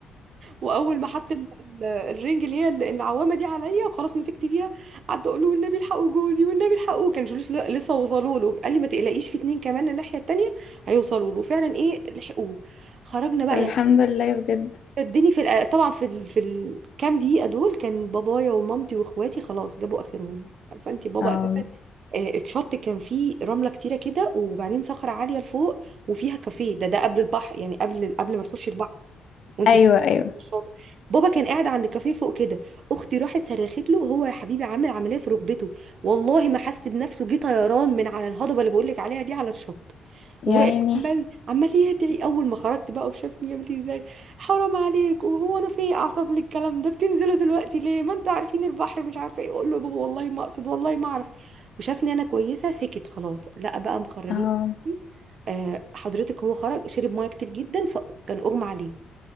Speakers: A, on the right; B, on the left.
A: واول ما حط ال- ال- الرنج اللي هي ال- العوامه دي عليا وخلاص مسكت فيها قعدت اقول له والنبي الحقوا جوزي والنبي الحقوا كان جلوس ل- لسه وصلوا له قال لي ما تقلقيش في اتنين كمان الناحيه التانيه هيوصلوا له فعلا ايه لحقوه خرجنا بقى
B: طب الحمد
A: يعني
B: لله بجد
A: شدني في الأ- طبعا في ال... في الكام دقيقه دول كان بابايا ومامتي واخواتي خلاص جابوا اخرهم عارفه انت بابا
B: اه
A: اساسا آه، اتشط كان فيه رمله كتيره كده وبعدين صخره عاليه لفوق وفيها كافيه ده ده قبل البحر يعني قبل قبل ما تخش البحر وانت
B: ايوه ايوه
A: الشاطئ بابا كان قاعد عند كافيه فوق كده اختي راحت صرخت له هو يا حبيبي عامل عمليه في ركبته والله ما حس بنفسه جه طيران من على الهضبه اللي بقول لك عليها دي على الشط
B: يعني
A: وواقف عمال عمال يدعي اول ما خرجت بقى وشافني يعمل لي ازاي حرام عليك وهو انا في ايه اعصاب للكلام ده بتنزلوا دلوقتي ليه ما انتوا عارفين البحر مش عارفه ايه اقول له يا بابا والله ما اقصد والله ما اعرف وشافني انا كويسه سكت خلاص لا بقى مخرجين
B: اه
A: آه، حضرتك هو خرج شرب ميه كتير جدا فكان اغمى عليه